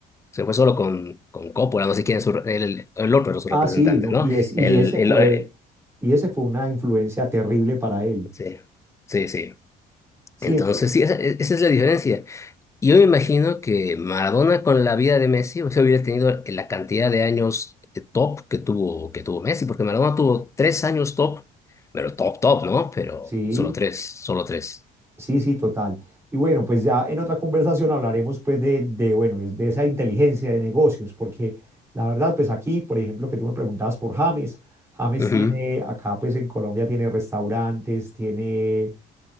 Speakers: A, on the left; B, on the right.
A: Se fue solo con, con Coppola, no sé quién es su re- el, el otro, era su
B: Ah,
A: representante,
B: sí, no,
A: ¿no?
B: y, es, y
A: El,
B: ese
A: el,
B: fue,
A: eh,
B: y ese fue una influencia terrible para él.
A: sí, sí, sí.
B: Sí,
A: Entonces,
B: ento-
A: sí, esa, e, esa es la diferencia. Y Yo me imagino que Maradona con la vida de Messi, o sea, hubiera tenido la cantidad de años eh, top que tuvo, que tuvo Messi, porque Maradona tuvo tres años top, pero top, top, ¿no? Pero
B: sí,
A: solo tres, solo tres.
B: Sí, sí, total. Y bueno, pues ya en otra conversación hablaremos pues de, de, bueno, es- de esa inteligencia de negocios, porque la verdad, pues aquí, por ejemplo, que tú me preguntabas por James, James
A: Ujú,
B: tiene, acá pues en Colombia tiene restaurantes, tiene eh,